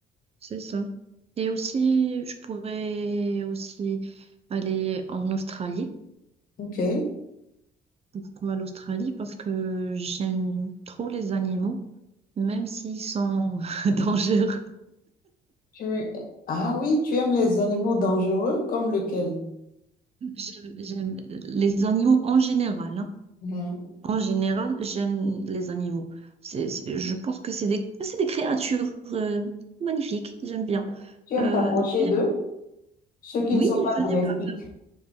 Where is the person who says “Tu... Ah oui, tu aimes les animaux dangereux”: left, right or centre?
Left